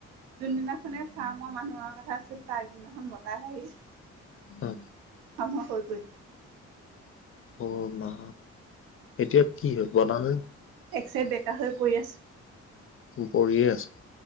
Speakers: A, on the right (about 85°); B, on the left (about 40°).
A: যোনদিনাখনে ফাৰ্মৰ মানুহ অহা কথা আছিল, তাৰ আগ দিনাখন বতাহ আহিল।
B: অ।
A: শাওন মাহ <unintelligible>
B: অ মা। এতিয়া কি হ'ল বনালে
A: একচাইত বেকা হৈ পৰি আছে।
B: কৰিয়ে আছে।